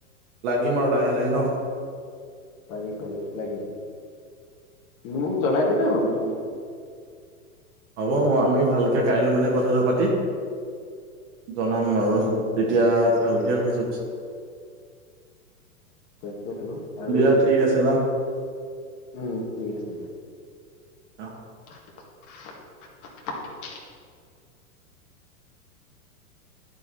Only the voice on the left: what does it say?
পাৰি পাৰি লাগিম মোক জনাই দিলে হ'ল তুমি
উম
তাকেটো আৰু
উম ঠিক আছে দিয়া
<unintelligible>